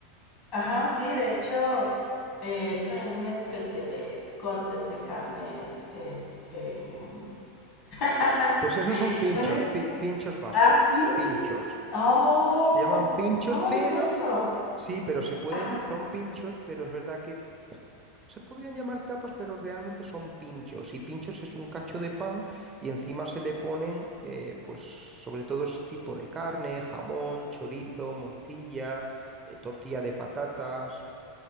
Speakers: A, on the left (about 50°); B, on the right (about 20°).
A: Ajá, sí, de hecho eh, traen una especie de cortes de carnes, este, <laughs>
B: Pues esos son pinchos,
A: Una es-
B: pi- pinchos vascos,
A: Ah, sí,
B: pinchos.
A: sí. Oh,
B: Se llaman pinchos,
A: ¿cómo
B: pero
A: es eso?
B: sí, pero se pueden,
A: Ajá.
B: son pinchos, pero es verdad que se podrían llamar tapas, pero realmente son pinchos. Y pinchos es un cacho de pan y encima se le ponen, eh, pues, sobre todo es tipo de carne, jamón, chorizo, morcilla, eh, tortilla de patatas.